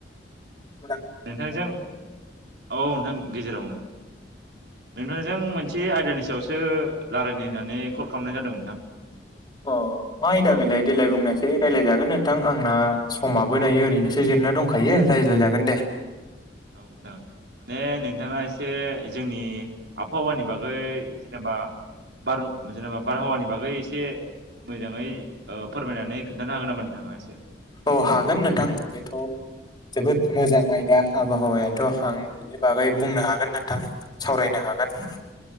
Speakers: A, on the left (about 25°); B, on the right (about 65°).
A: औ'
B: नोंथांजों औ नोंथां गेजेरावनो नोंथां जों मोनसे आयदानि सायावसो रायलायनो होननानै कल खालामनाय जादोंमोन नोंथां
A: अ मा आयदा बेलाय देलाय बुंनायसाय रायज्लायजागोन नोंथां आंना समाबो दायो ओरैनोसो जिरना दंखायो रायज्लायजागोन दे!
B: <unintelligible> <inaudible> औ नोंथां माने नोंथाङा एसे जोंनि आबहावानि बागै जेनेबा- बा बार- जेनेबा बारहावानि बागै एसे- मोजाङै ओ फोरमायनानै खोन्थानो हागोन नामा नोंथाङा एसे
A: औ हागोन नोंथां बेथ' - जोबोद मोजां आयदा आबहावायाथ' आं बिनि बागै बुंनो हागोन नोंथां! सावरायनो हागोन ।